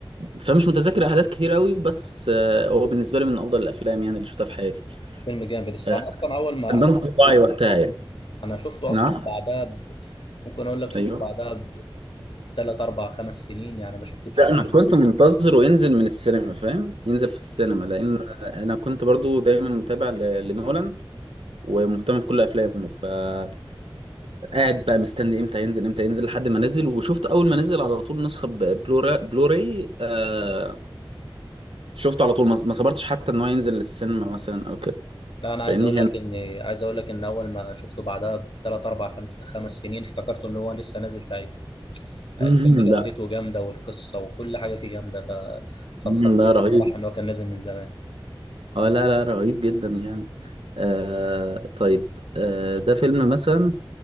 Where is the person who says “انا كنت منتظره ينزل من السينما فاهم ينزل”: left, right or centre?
Right